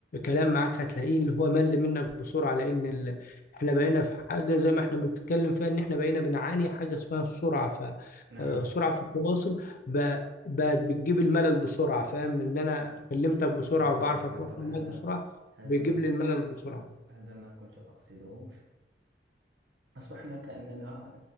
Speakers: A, on the left (about 50°); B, on the right (about 75°).
A: كلام معاك هتلاقيه اللي هو مل منك بسرعة لان ال... احنا بقينا في حاجة زي ما احنا بنتكلم فيها ان احنا بقينا بنعاني حاجة اسمها السرعة ف
B: نعم
A: آه، سرعة في التواصل ب... بقت بتجيب الملل بسرعة فاهم ان انا كلمتك بسرعة
B: بالطبع
A: وبعرف
B: بالطبع
A: اتواصل معاك
B: هذا
A: بسرعة
B: هذا
A: بيجيب
B: ما
A: لي الملل بسرعة
B: هذا ما كنت أقصده أصبحنا كأننا